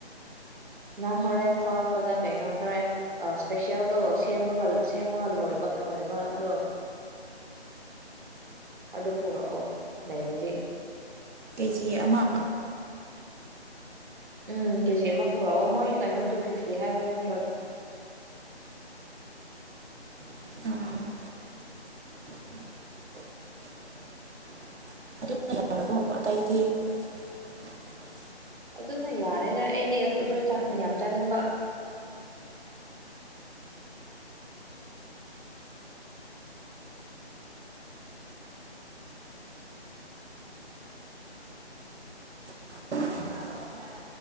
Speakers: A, on the right; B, on the right.
A: ꯅꯪ ꯍꯣꯔꯦꯟ ꯊꯣꯛꯂꯛꯄꯗ ꯀꯩꯅꯣ ꯈꯔ ꯏꯁꯄꯤꯁꯦꯜꯗꯣ ꯁꯦꯝꯕꯒ ꯁꯦꯝꯃꯒ ꯂꯣꯏꯕ ꯂꯣꯏꯕꯗꯣ ꯑꯗꯨ ꯄꯨꯔꯛꯑꯣ ꯂꯩꯔꯗꯤ
B: ꯀꯦꯖꯤ ꯑꯃ
A: ꯎꯝ ꯀꯦꯖꯤ ꯑꯃ ꯄꯨꯔꯛꯑꯣ ꯃꯣꯏ ꯀꯩꯅꯣ ꯇꯨ ꯐꯤꯞꯇꯤ ꯍꯥꯏꯕ ꯅꯠꯇ꯭ꯔꯣ
B: <inaudible>
A: ꯑꯗꯨꯅ ꯌꯥꯔꯦꯗ ꯑꯩꯗꯤ ꯑꯗꯨ ꯆꯥ ꯌꯥꯝ ꯆꯥꯅꯤꯡꯕ
B: <inaudible>